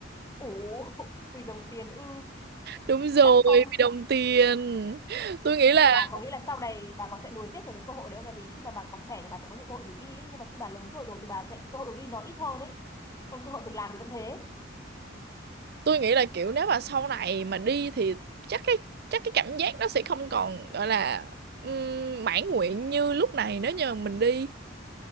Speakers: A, on the left; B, on the right.
A: ủ vì đồng tiền ư
B: Đúng rồi,
A: chắc không
B: vì đồng tiền. Tôi nghĩ
A: nhưng
B: là
A: mà bà có nghĩ là sau này bà còn sẽ nối tiếp về cái cơ hội đấy không? Tại vì khi mà bà còn trẻ thì bà sẽ có nhiều cơ hội được đi ấy. nhưng mà khi bà lớn tuổi rồi thì bà sẽ cái cơ hội được đi nó ít hơn ấy còn cơ hội được làm thì vẫn thế
B: tôi nghĩ là kiểu nếu mà sau này mà đi thì chắc cái chắc cái cảm giác nó sẽ không còn gọi là um, mãn nguyện như lúc này nếu như mình đi.